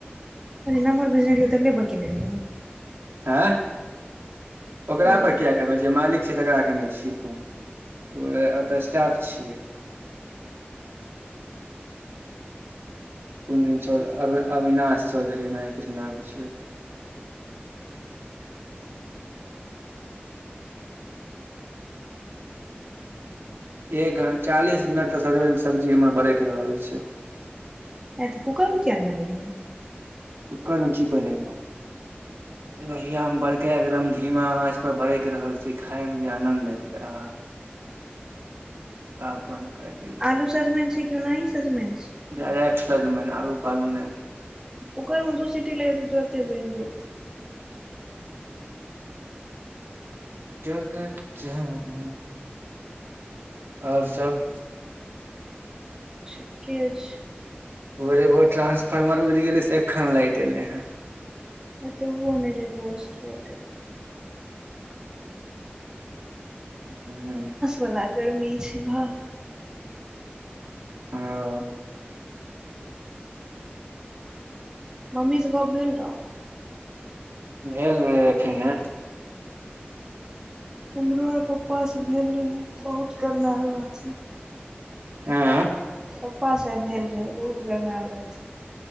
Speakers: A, on the right; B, on the right.
A: नम्बर भेजने रहियै, तकरैपर केने रहि।
B: ह, ओकरा
A: नाम
B: पर किया करब जे मालिक त राखेने छियै, फन ओत स्टाफ छियै। कोन दि चौ अविनाश चौधरी एना किछु नाम छियै। एक घ चालीस मिनट सऽ सब्जी हमर बरक रहल छै।
A: नहि तऽ कुकरमे किएक नहि बनेलियै?
B: कुकर मे की बनाबे
A: <inaudible>
B: लोहिया मे बड़का एकदम धीमा आँच पर बरक रहल छी खाय मे भ आनंद ऐते आ। आ बन्द करी।
A: आलू सजमनि छै, केओनाही सजमनि छै?
B: डायरेक्ट सजमनि आलू पालू नहि।
A: कुकरमे दू सीटी लतै तऽ तरंते बनि जेतै
B: <unintelligible> आओर सभ
A: ठिके छै।
B: भोरे भोरे ट्रंसफार्मर उड़ि गेलै से एखन लाइट एले हैं।
A: एतोह नै रही भोर सँ लाइट
B: हु।
A: वला गर्मी छै वाह।
B: अहा
A: मम्मीसे गप भेल रहौ?
B: भेल रहेथिन अखने
A: हमरो आइ पप्पासँ भेल रहै बहुत गरमायल रहथिन।
B: आँ
A: पप्पा सा आय भेल रहै बहुत गरमायल रहथिन